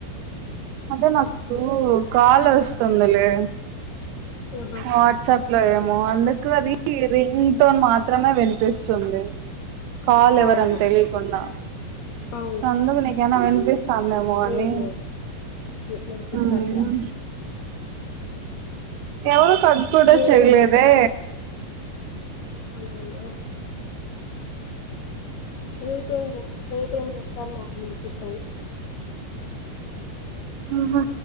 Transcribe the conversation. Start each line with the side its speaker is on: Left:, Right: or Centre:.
Right: అదే నాకు కాలు వస్తుందిలే
Left: ఆహా
Right: వాట్సప్ లో ఏమో అందుకు అది రింగ్ టోన్ మాత్రమే వినిపిస్తు తుంది కాల్
Left: అవును
Right: ఎవరని తెలియకుండా
Left: అవును
Right: అందుకు నీకేమైనా వినిపిస్తోందా ఏమో
Left: లేదు
Right: అని
Left: లేదు వినిపించట్లా
Right: మ్మ్ ఎవరు కట్ కూడా
Left: రేపే
Right: చెయలేదే
Left: అయ్యయ్యో రేపు ఏం రేప్ ఏం చేస్తారు మార్నింగ్ టిఫెన్
Right: ఉహు